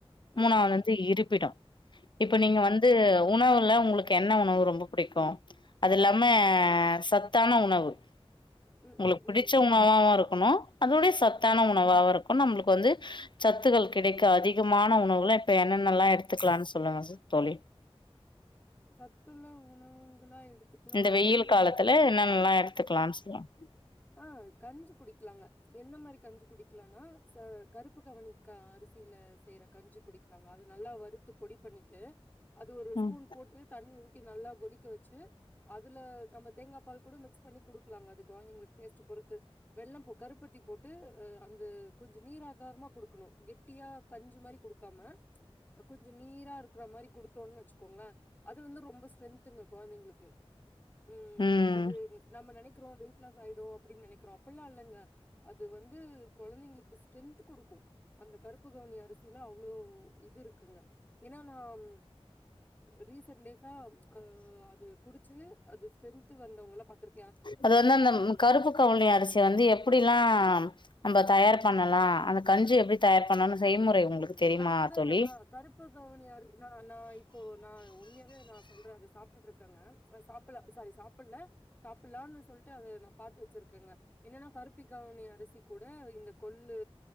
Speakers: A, on the left; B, on the left.
A: ஆமாங்க
B: மூணாவது வந்து இருப்பிடம் இப்ப
A: ஆமாங்க
B: நீங்க வந்து
A: ஆமாங்க
B: உணவு உங்களுக்கு என்ன உணவு ரொம்ப பிடிக்கும் அது இல்லாம சத்தான உணவு
A: ம்
B: உங்களுக்கு
A: ம்
B: பிடிச்ச
A: ம்
B: உணவா இருக்கும் ஹலோ அதோடைய சத்தான
A: ம்
B: உணவாக இருக்கும் நம்மளுக்கு வந்து சத்துகள் கிடைக்கும் அதிகமான உணவுலாம் இப்ப என்னென்னல்லாம் எடுத்துக்கலாம்னு சொல்லுங்க தோழி
A: சத்துள்ள உணவுங்களா எடுத்துக்கலாம்
B: இந்த
A: அப்படின்னா
B: வெயில் காலத்துல என்னென்னல்லா எடுத்துக்கலான்னு சொல்லுங்க
A: ஆஹ் கஞ்சி குடி குடிக்கலாங்க என்ன மாதிரி கஞ்சி குடிக்கலானா ச கருப்பு கவனி அரிசியில செய்யற கஞ்சி குடிக்கலாங்க அதை நல்லா வறுத்து பொடி பண்ணிட்டு அது ஒரு
B: ம்
A: ஸ்பூன் போட்டு தண்ணி ஊ நல்லா கொதிக்க வச்சு அதுல நம்ம தேங்காய் பால் கூட மிக்ஸ் பண்ணி குடுக்கலாங்க அது குழந்தைங்களுக் டேஸ்ட்ட் பொறுத்து வெல்லம் கருப்பட்டி போட்டு அந்த கொஞ்சம் நீராதாரமா குடுக்கணும் கெட்டியா கஞ்சு மாதிரி குடுக்காம கொஞ்சம் நீரா இருக்கற மாதிரி குடுத்தோம்னு வச்சுக்கோங்களேன் அது வந்து ரொம்ப ஸ்ட்ரென்துங்க குழந்தைங்களுக்கு உம்
B: ம்
A: அது நம்ம நினைக்க வெயிட் லாஸ் ஆயிடும் அப்படின்னு நினைக்கிறோம் அதெல்லாம் இல்லங்க அது வந்து குழந்தைங்களுக்கு ஸ்ட்ரென்த் கொடுக்கும் அந்த கருப்பு கவனி அரிசியில அவ்ளோ இது இருக்குங்க ஏன்னா நான் ரீசன் டேஸ் ஆ அது குடிச்சு அது ஸ்ட்ரென்த் வந்தவங்கள பாத்து
B: அது வந்து அந்த கருப்பு கவுனி அரிசி வந்து எப்படிலாம் நம்ம தயார் பண்ணலாம் அந்த கஞ்சி எப்படி தயார் பண்ணும்னு செய்முறை உங்களுக்கு தெரியுமா
A: அது கூட
B: தோழி
A: ஆஹ் கருப்பு கவனியரு நா நான் இப்போ நான் உண்மையாவே நான் சொல்றேன் அதை சாப்பிட்டுட்டு இருக்காங்க ஆ சாப்பில்ல சாரி சாப்பிட்ல சாப்பிட்லான்னு சொல்ட்டு அது நா பாத்து வச்சிருக்கேங்க என்னன்னா கருப்பி கவுனி அரிசி கூட இந்த கொ ள்ளு